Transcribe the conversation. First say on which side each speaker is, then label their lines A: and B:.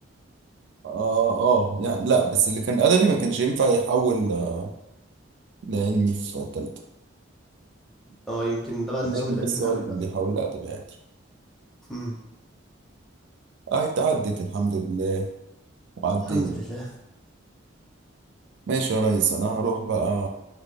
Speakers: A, on the right; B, in the centre.
A: اه اه يعني لا بس اللي كان ادبي ما كانش ينفع يحول آه، لعلمي في تالتة
B: اه يمكن ده بقى النظام
A: علمي
B: القديم
A: بس هو
B: قوي
A: اللي كان
B: بقى
A: بيحول لأدبي عادي
B: مم.
A: اه اتعدت الحمد لله وعدينا
B: الحمد لله
A: ماشي يا ريس انا هروح بقى